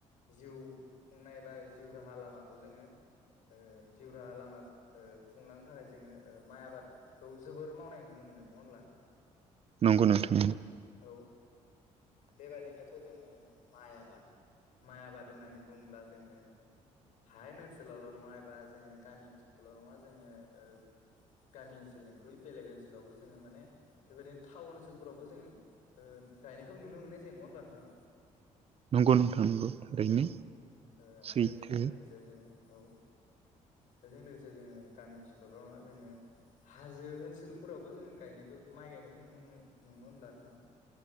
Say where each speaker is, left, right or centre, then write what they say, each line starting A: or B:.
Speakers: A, on the left; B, on the right.
A: जिउ खुंनाय बा जिउ राहा लामाखौ जोङो ओ जिउ राहा लामा ओ खुंलांनो थाखाय जोङो माइ आबाद खौ जोबोर मावनाय नुनो मोनो नङाहोनब्ला
B: नंगौ नोंथां नोंगौ
A: औ बेबादिनोथ' जोङो माइ आबाद माइ आबाद होननानै बुङोब्ला जोङो हायेन ओनसोलावल' नङा एबा जोङो गामि ओनसोलावल' नङा जोङो ओ गामि ओनसोलनिख्रुइ बेलेग ओनसोलावबो जोङो माने बेबायदिनो टाउन ओनसोलफोरावबो जोङो ओ गायनायखौ नुनो मोननाय जायो नङा होमब्ला नोंथां
B: नंगौ नोंथां नंगौ थारैनो
A: औ ओ आरो
B: सैथो
A: बेजों लोगोसे जोङो औ बेजों लोगोसे जोङो गामि ओनसोलावल' नङा जोङो हाजो ओनसोलफोरावबो जोङो गायनायखौ माइ गायनायखौ नुनो मोनो नङा होमब्ला नोंथां?